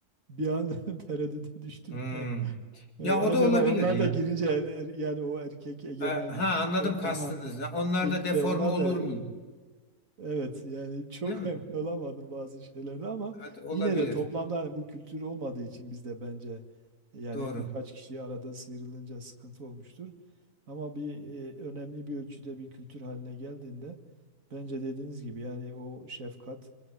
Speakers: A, on the right; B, on the left.
A: bir an <laughs> tereddüte düştüm.
B: Hmm.
A: E,
B: Ya
A: acaba
B: o da olabilir
A: onlar
B: ya.
A: da girince er- er- yani o erkek egemen
B: E, ha anladım
A: ortama
B: kastınızı. Onlar
A: girince
B: da deforme
A: onlar
B: olur
A: da
B: mu?
A: Evet yani çok
B: Değil mi?
A: <laughs> emin olamadım bazı şeylerde ama
B: Evet, olabilir.
A: yine de toplamda hani bu kültür olmadığı için bizde bence yani
B: Doğru.
A: birkaç kişi arada sıyrılınca sıkıntı olmuştur. Ama bir e, önemli bir ölçüde bir kültür haline geldiğinde bence dediğiniz gibi yani o şefkat